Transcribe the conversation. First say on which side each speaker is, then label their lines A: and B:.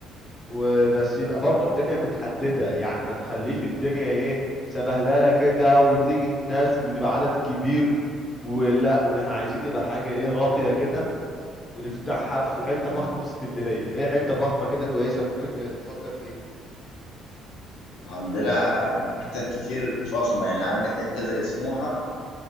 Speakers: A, on the left; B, on the left.
A: وبس يبقى
B: اه
A: برضو الدنيا متحددة يعني ما نخليش الدنيا ايه سبهللة كده وتيجي الناس وتبقى عدد كبير ولا احنا عايزين يبقى حاجة ايه راقية كده ونفتحها في
B: مم.
A: حتة فخمة في اسكندرية ايه حتة فخمة كده كويسة ممكن نفكر فيها
B: عندنا حتت كتير فخمة يعني عندك حتة زي سموحة